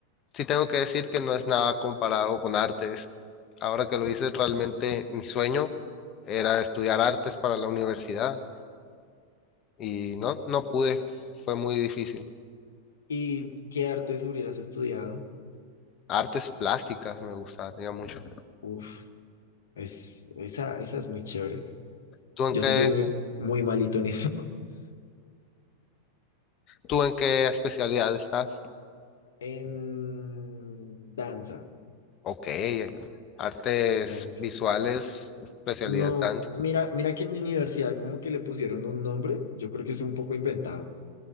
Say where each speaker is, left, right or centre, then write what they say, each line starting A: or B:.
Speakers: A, on the left; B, on the left.
A: sí tengo que decir que no es nada comparado con artes. Ahora que lo hice realmente mi sueño era estudiar artes para la universidad y no, no pude, fue muy difícil.
B: ¿Y qué artes hubieras estudiado?
A: Artes plásticas me gustaría mucho.
B: Uf. Es, esa, esa es muy chévere.
A: ¿Tú en
B: Yo
A: qué,
B: sí soy muy, muy malito en eso. <laughs>
A: tú en qué especialidad estás?
B: En danza,
A: Ok, artes
B: en danza.
A: visuales, especialidad
B: No,
A: dance.
B: mira, mira que en mi universidad como que le pusieron un nombre, yo creo que es un poco inventado.